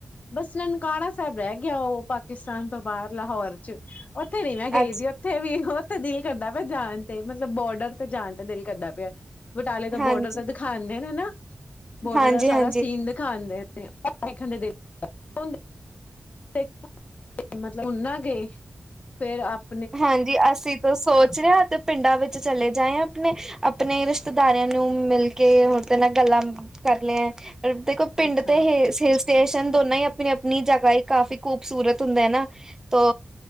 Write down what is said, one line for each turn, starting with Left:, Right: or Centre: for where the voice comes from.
Left: ਬਸ ਨਨਕਾਨਾ ਸੈਬ ਰਹਿ ਗੇਐ ਓ ਪਾਕਿਸਤਾਨ ਤੋਂ ਬਾਰ ਲਾਹੌਰ 'ਚ ਓਥੇ ਨੀ ਮੈਂ ਗਈ
Right: ਅੱਛਾ
Left: ਦੀ। ਔਥੇ ਵੀ ਓਥੇ ਦਿਲ ਕਰਦਾ ਪਯਾ ਜਾਣ ਤੇ ਮਤਲਬ ਬੋਡਰ ਤੋ ਜਾਣ ਤੇ ਦਿਲ ਕਰਦਾ ਪਿਐ। ਬਟਾਲੇ ਦਾ
Right: ਹਾਂਜੀ।
Left: ਬੋਡਰ ਤੋ ਦਿਖਾਂਦੇ ਨੇ ਨਾ। ਬੋਰਡਰ
Right: ਹਾਂਜੀ-ਹਾਂਜੀ,
Left: ਦਾ ਸਾਰਾ
Right: ਹਾਂਜੀ
Left: ਸੀਨ ਦਿਖਾਂਦੇ ਨੇ <unintelligible> <unintelligible> ਮਤਲਬ ਹੂਨ ਨਾ ਗੇ ਫੇਰ ਆਪ
Right: ਹਾਂਜੀ ਅਸੀ ਤੋ ਸੋਚ ਰੇ ਆ ਤੇ ਪਿੰਡਾਂ ਵਿੱਚ ਚਲੇ ਜਾਏ ਅਪਣੇ। ਅਪਣੇ ਰਿਸ਼ਤੇਦਾਰੇਆਂ ਨੂੰ ਮਿਲ ਕੇ ਹੋਰ <unintelligible> ਨਾਲ ਗੱਲਾਂ ਕਰ ਲੇ ਐਂ। ਇਬ ਦੇਖੋ ਪਿੰਡ
Left: ਅੱਛਾ।
Right: ਤੇ ਹੇ ਸੇਸ ਟੇਸ਼ਨ ਦੋਨਾਂ ਹੀ ਅਪਣੀ-ਅਪਣੀ ਜਗ੍ਹਾ ਹੀ ਕਾਫੀ ਖੂਬਸੂਰਤ ਹੁੰਦਾ ਏ ਨਾ ਤੋ